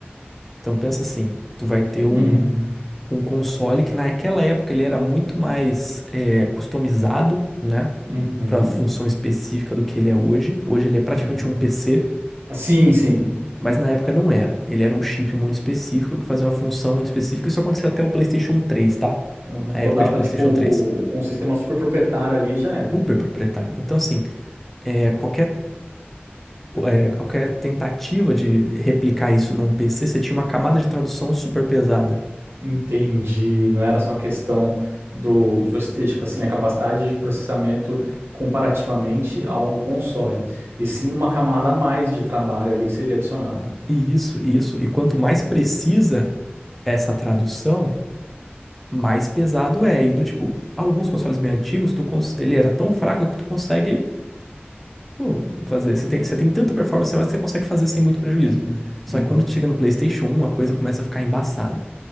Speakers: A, in the centre; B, on the right.
A: Então pensa assim, tu vai ter um,
B: Hum,
A: um console que naquela época ele era muito mais é, customizado, né?
B: uhum,
A: Para função específica do que ele é hoje. Hoje ele é praticamente
B: uhum.
A: um PC,
B: Sim, sim.
A: mas na época não era. Ele era um chip muito específico que fazia uma função muito específica. Isso aconteceu até o PlayStation 3, tá?
B: Uhum.
A: A época
B: Rodava
A: de PlayStation
B: tipo
A: 3.
B: um sistema super proprietário ali e já era.
A: Super proprietário. Então assim, é, qualquer é, qualquer tentativa de replicar isso num PC, você tinha uma camada de tradução super pesada.
B: Entendi. Não era só questão do de você ter tipo assim a capacidade de processamento comparativamente ao console, e sim de uma camada a mais de trabalho ali que seria adicionada.
A: E Isso, isso. E quanto mais precisa essa tradução, mais pesado é. E do tipo, alguns consoles bem antigos, tu cons- ele era tão fraco que tu consegue, pô, fazer. Você tem, você tem tanta performance a mais que você consegue fazer sem muito prejuízo.
B: Uhum,
A: Só
B: uhum.
A: que quando tu chega no PlayStation 1, a coisa começa a ficar embaçada.